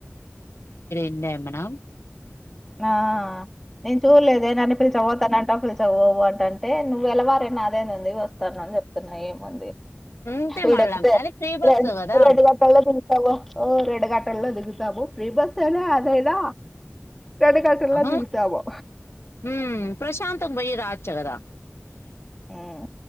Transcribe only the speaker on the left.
తింటివ ఏమన్న
ఉంటే
మళ్ళా అది ఫ్రీ బస్సు
కదా
ఆహా
హ్మ్మ్ ప్రశాంతంగా పోయి రావొచ్చు కదా